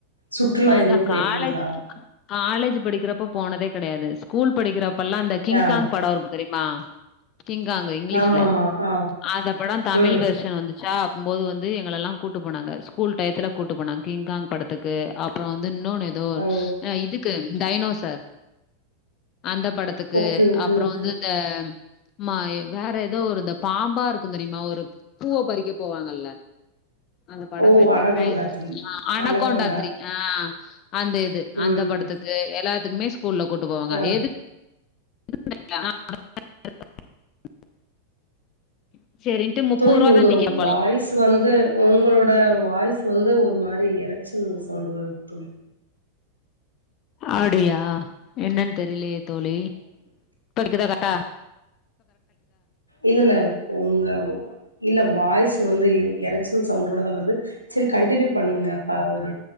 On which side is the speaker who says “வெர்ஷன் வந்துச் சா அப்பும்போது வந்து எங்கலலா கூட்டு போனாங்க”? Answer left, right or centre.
Left